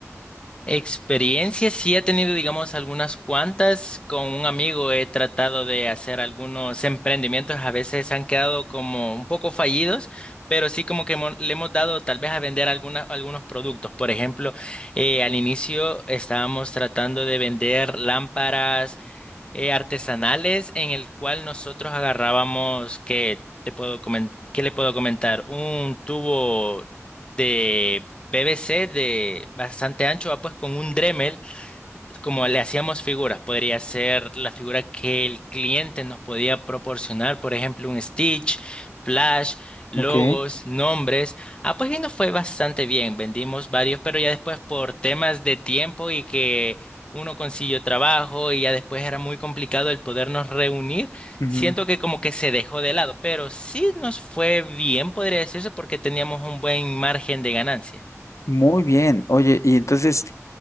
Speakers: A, on the left; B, on the left.
A: Experiencias, sí he tenido, digamos, algunas cuantas. Con un amigo he tratado de hacer algunos emprendimientos, a veces han quedado como un poco fallidos, pero sí como que hemos- le hemos dado tal vez a vender alguna- algunos productos. Por ejemplo, eh, al inicio estábamos tratando de vender lámparas eh, artesanales en el cual nosotros agarrábamos, que te puedo comen- qué le puedo comentar? Un tubo de PVC de bastante ancho, va pues con un Dremel como le hacíamos figuras, podría ser la figura que el cliente nos podía proporcionar, por ejemplo, un Stitch, Flash, logos,
B: Ok.
A: nombres. Ah, pues y nos fue bastante bien, vendimos varios, pero ya después por temas de tiempo y que uno consiguió trabajo y ya después era muy complicado el podernos reunir,
B: Ujú.
A: siento que como que se dejó de lado, pero sí nos fue bien, podría decirse, porque teníamos un buen margen de ganancia.
B: Muy bien. Oye, y entonces,